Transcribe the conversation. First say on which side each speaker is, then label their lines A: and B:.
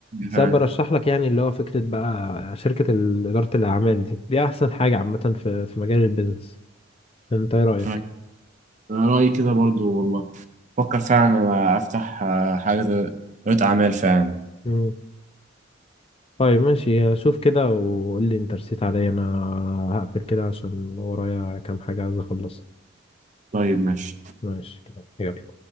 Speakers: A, on the left; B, on the right.
A: سبب
B: آه،
A: برشح لك يعني اللي هو فكرة بقى شركة ال- إدارة الأعمال دي دي أحسن حاجة عامة في في مجال البيزنس انت ايه رأيك؟
B: أيوة. أنا رأيي كده برضو والله فكر فعلا أنا أفتح آه، حاجة ده- ريادة أعمال فعلا
A: مم. طيب ماشي شوف كده وقول لي انت رسيت عليا انا هقفل كده عشان ورايا كام حاجة عايز اخلصها
B: طيب ماشي
A: ماشي كده، يلا